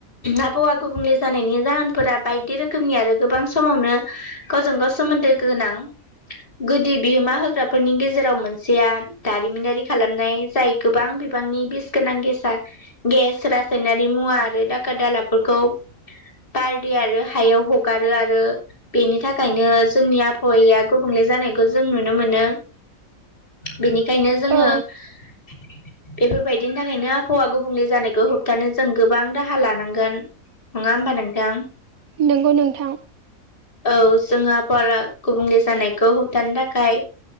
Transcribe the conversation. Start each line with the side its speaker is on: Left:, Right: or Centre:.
Left: आबौआ गुबुंनो जानायनि जाहोनफोरा बायदि रोखोमनि आरो गोबां समावनो गावजों गाव सोमोन्दो गोनां गुदि बिहोमा होग्राफोरनि गेजेराव मोनसेया दारिमिनारि खालामनाय जाय गोबां बिबांनि बिस गोनां गेसा गेस रा ासायनारि मुवा आरो दाखा दालाफोरखौ बार दे आरो हायाव हगारो आरो बेनि थाखायनो जोंनि आबहावाया गुबुंले जानायखौ जों नुनो मोनो। बेनिखायनो जोङो
Right: औ
Left: बेफोरबायदिनि थाखायनो आबहावा गुबुंले जानायखौ होब दानो जों गोबां राहा लानांगोन नङा होमबा नोंथां?
Right: नोंगौ नोंथां
Left: औ जोङोबारा गुबुंले जानायखौ दानि थाखाय